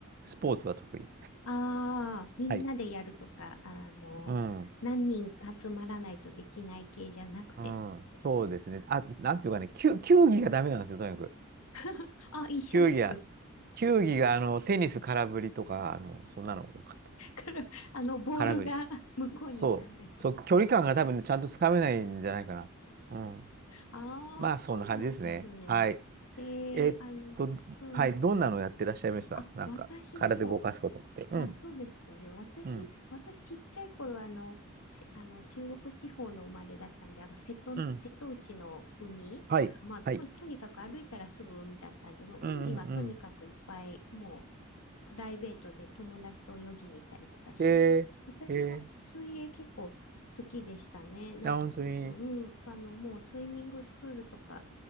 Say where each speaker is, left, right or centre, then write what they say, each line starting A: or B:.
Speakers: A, on the right; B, on the left.
A: スポーツは得意。
B: ああー、みんなでやるとか、
A: はい。
B: あの、
A: うん。
B: 何人か集まらないとできない系じゃなくて。
A: うん。
B: そうですね
A: そうですね。あ、
B: うん
A: なんていうかね、球、球技がダメなんですよ、とにかく。
B: <laughs> あ、一緒です。
A: 球技は、球技が、あの、テニス空振りとか、あの、そんなの多かった。
B: から、あの、ボールが
A: 空振り。
B: <laughs> 向こうに行かない。
A: そう。そう、距離感が多分ねちゃんとつかめないんじゃないかな。うん。
B: ああ、
A: まあ、
B: そうなんですね。
A: そんな感じですね。はい。
B: えー、
A: えーっと、
B: あの、うん。
A: はい。どんなのやってらっしゃいましたなんか、
B: あ、私も、
A: 体動かすことって。うん。
B: あ、そうですね。私、
A: うん。
B: 私ちっちゃい頃はあの、せ、あの中国地方の生まれだったんで、あの瀬戸、
A: うん。
B: 瀬戸内の海が、
A: はい。
B: まあ、と、
A: はい。
B: とにかく歩いたらすぐ海だったんで、もう海はとにかくいっぱい、
A: うんうんうん。
B: もうプライベートで友達と泳ぎに行ったりとかして、
A: えー、
B: 私も水泳結構好きでしたね。
A: え
B: なんかその、
A: ー、あ、本当に。
B: うん、あの、もうスイミングスクールとか